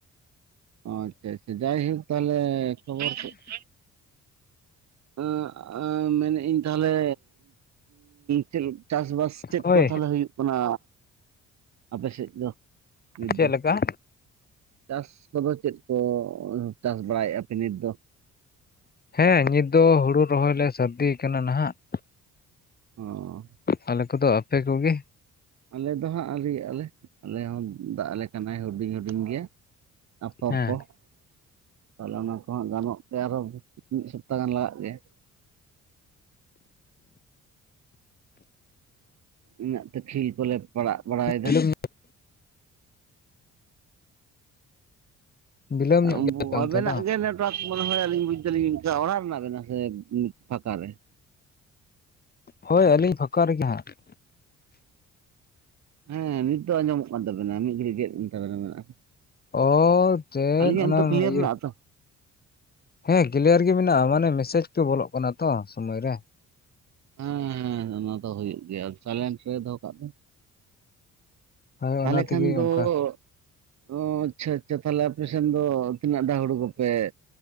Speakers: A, on the right; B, on the left.
A: ᱚ ᱟᱪᱪᱷᱟ ᱟᱪᱪᱷᱟ ᱡᱟᱭᱦᱳᱠ ᱛᱟᱦᱞᱮ ᱠᱷᱚᱵᱚᱨ ᱛᱮᱫ ᱾ ᱟᱸ ᱟᱸ ᱢᱮᱱᱮᱫ ᱟᱹᱧ ᱛᱟᱦᱚᱞᱮ ᱪᱮᱫ ᱪᱟᱥ ᱵᱟᱥ? ᱪᱮᱫ
B: ᱦᱳᱭ
A: ᱠᱚ ᱛᱟᱦᱚᱞᱮ ᱦᱩᱭᱩᱜ ᱠᱟᱱᱟ ᱟᱯᱮ ᱥᱮᱫ ᱫᱚ ᱱᱤᱛ
B: ᱪᱮᱫ
A: ᱫᱚ?
B: ᱞᱮᱠᱟ?
A: ᱪᱟᱥ ᱠᱚᱫᱚ ᱪᱮᱫ ᱠᱚ ᱪᱟᱥ ᱵᱟᱲᱟᱭ ᱟᱯᱮ ᱱᱤᱛ ᱫᱚ?
B: ᱦᱮᱸ ᱱᱤᱛ ᱫᱚ ᱦᱩᱲᱩ ᱨᱚᱦᱚᱭ ᱞᱮ ᱥᱟᱹᱨᱫᱤᱭᱟ ᱠᱟᱱᱟ ᱱᱟᱦᱟᱜ ᱾
A: ᱚ
B: ᱟᱞᱮ ᱠᱚᱫᱚ ᱟᱯᱮ ᱠᱚᱜᱮ ᱾
A: ᱟᱞᱮ ᱫᱚᱦᱟᱸᱜ ᱟᱣᱨᱤᱭᱟᱞᱮ ᱟᱞᱮ ᱦᱚᱸ ᱫᱟ ᱟᱞᱮ ᱠᱟᱱᱟᱭ ᱦᱩᱰᱤᱧ ᱦᱩᱰᱤᱧ ᱜᱮᱭᱟ ᱾ ᱟᱯᱷᱚᱨ
B: ᱦᱮᱸ
A: ᱠᱚ ᱾ ᱛᱟᱦᱚᱞᱮ ᱚᱱᱟ ᱠᱚᱦᱚᱸ ᱜᱟᱱᱚᱜ ᱛᱮ ᱟᱨᱦᱚᱸ ᱢᱤᱫ ᱥᱚᱯᱛᱟ ᱜᱟᱱ ᱞᱟᱜᱟᱜ ᱜᱮᱭᱟ ᱾ ᱤᱱᱟᱹᱛᱮ ᱠᱷᱤᱞ ᱠᱚᱞᱮ ᱯᱟᱲᱟᱜ ᱵᱟᱲᱟᱭᱮ ᱫᱟ
B: ᱵᱤᱞᱚᱢ
A: ᱾
B: ᱵᱤᱞᱚᱢ ᱧᱚᱜ
A: ᱩᱱᱵᱳ
B: ᱜᱮᱭᱟ ᱯᱮ ᱚᱱᱛᱮ
A: ᱟᱵᱮᱱᱟᱜ
B: ᱫᱚ
A: ᱜᱮ ᱞᱮ ᱛᱳᱲᱟᱥ ᱢᱟᱱᱮ ᱦᱳᱭ ᱟᱹᱞᱤᱧ ᱵᱩᱡ ᱫᱟᱹᱞᱤᱧ ᱚᱲᱟᱜ ᱨᱮᱱᱟᱜ ᱠᱟᱱᱟ ᱥᱮ ᱯᱷᱟᱸᱠᱟ ᱨᱮ?
B: ᱦᱳᱭ ᱟᱹᱞᱤᱧ ᱯᱷᱟᱸᱠᱟ ᱨᱮᱜᱮ ᱦᱟᱸᱜ ᱾
A: ᱦᱮᱸ ᱱᱤᱛ ᱫᱚ ᱟᱸᱡᱚᱢᱚᱜ ᱠᱟᱱ ᱛᱟᱵᱮᱱᱟ ᱢᱤᱫ ᱜᱷᱟᱹᱲᱤᱡ ᱜᱮᱫ <unintelligible>
B: ᱚ ᱪᱮᱫ
A: ᱟᱹᱞᱤᱧᱟᱜ
B: ᱚᱱᱟ
A: ᱱᱤᱛᱚᱜ
B: ᱚᱱᱟ
A: ᱠᱞᱤᱭᱟᱨ
B: ᱤᱭᱟᱹ
A: ᱢᱮᱱᱟᱜᱼᱟ
B: ᱾
A: ᱛᱚ
B: ᱦᱮᱸ ᱠᱤᱞᱤᱭᱟᱨ ᱜᱮ ᱢᱮᱱᱟᱜᱼᱟ ᱢᱟᱱᱮ ᱢᱮᱥᱮᱡᱽ ᱛᱚ ᱵᱚᱞᱚᱜ ᱠᱟᱱᱟ ᱛᱚ ᱥᱚᱢᱚᱭ ᱨᱮ ᱾
A: ᱦᱮᱸ ᱦᱮᱸ ᱚᱱᱟ ᱫᱚ ᱦᱳᱭᱳᱜ ᱜᱮᱭᱟ ᱥᱟᱭᱞᱮᱱᱴ ᱨᱮ ᱫᱚᱦᱚ ᱠᱟᱜ ᱵᱤᱱ ᱾
B: ᱦᱳᱭ
A: ᱛᱟᱦᱚᱞᱮ
B: ᱚᱱᱟ ᱛᱮᱜᱮ
A: ᱠᱷᱟᱱ ᱫᱚ
B: ᱚᱱᱠᱟ
A: ᱾ ᱚᱸ ᱟᱪᱪᱷᱟ ᱟᱪᱪᱷᱟ ᱛᱟᱦᱚᱞᱮ ᱟᱯᱮᱥᱮᱱ ᱫᱚ ᱛᱤᱱᱟᱹᱜ ᱰᱟᱣ ᱦᱳᱲᱩ ᱠᱚᱯᱮ?